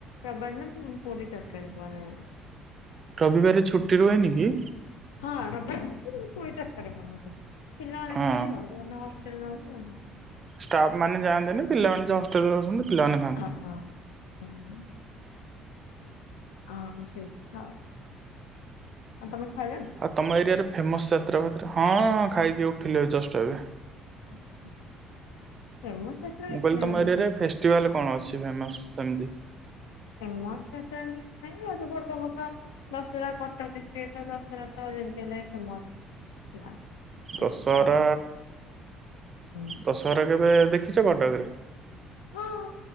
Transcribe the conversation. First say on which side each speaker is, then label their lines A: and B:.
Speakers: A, on the left; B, on the right.
A: ରବିବାର ଦିନ ପୁ ପୁରୀ, ତରକାରୀ ବାନାହୁଏ।
B: ରବିବାରେ ଛୁଟି ରୁହେନି କି?
A: ହଁ ରବିବାର ଛୁଟି ରୁହେ। ପୁଣି ଚାର ଟା ରେ ବନାନ୍ତି। ପିଲାମାନେ
B: ହଁ
A: ଖାଆନ୍ତି ଆଉ, ମାନେ ହଷ୍ଟେଲ ଲଞ୍ଚ
B: ଷ୍ଟାଫ ମାନ ଯାଆନ୍ତିନି। ପିଲାମାନେ ଯୋଉ ହଷ୍ଟେଲରେ ରହୁସନ୍ତି ପିଲାମାନେ ଖାଆନ୍ତି ଆଉ।
A: ହଁ ହଁ। ହଁ। ହଁ ସେଇଠି ଖାଉ, ଆଉ ତମେ ଖାଇଲଣି?
B: ଆଉ ତମ ଏରିଆରେ ଫେମସ ଯାତ୍ରା ଫାତ୍ରା ହଁଁ ଖାଇକି ଉଠିଲେ ଜଷ୍ଟ ଏବେ।
A: ଆଛା ଫେମସ ମ ଯାତ୍ରା
B: ମୁଁ
A: କିଛି
B: କହିଲି
A: ନାହିଁ
B: ତମ ଏରିଆରେ
A: ଏମିତି।
B: ଫେଷ୍ଟିଭାଲ କଣ ଅଛି ଫେମସ ସେମତି?
A: ଫେମସ୍ ଯାତ୍ରା ସେମିତି କିଛି ନାଇଁ। ରଜ ପର୍ବ ହେକା ଦଶହରା କଟକ ଡିଷ୍ଟ୍ରିକଟରେ ତ ଦଶହରା ତ ଯେମତି ହେଲେ ଫେମସ ଥିଲା। ସେମିତି
B: ଦଶହରା
A: ଆଉ ହୁଁ
B: ଦଶହରା କେବେ ଦେଖିଛ କଟକରେ?
A: ହଁ।